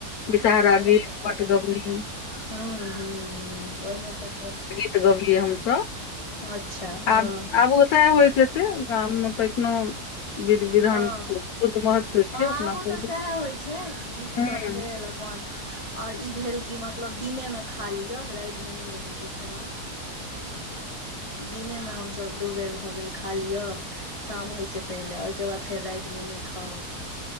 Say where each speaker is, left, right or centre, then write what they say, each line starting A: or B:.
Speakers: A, on the left; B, on the left.
A: विषहारा
B: हूं
A: गीत बटगबनी
B: हूं ओहिमे तऽ
A: तऽ गबियै हमस
B: अच्छा हँ
A: आब आब ओस होय तै गाममे तऽ एखनो विध विधान
B: हँ
A: के
B: हँ
A: बहुत महत्व छै
B: आबो
A: अपना सब
B: तऽ
A: मे
B: सएह होय छै गीत
A: हँ
B: सब भेल अपन आओर ई भेल की मतलब मतलब दिनेमे खा लिअ रातिमे नहि रहै छै खेबाक दिने मे हमसभ दू बेर भऽ गेल खा लिअ शाम होइसँ पहिले ओहिके बाद फेर रातिमे नै खाउ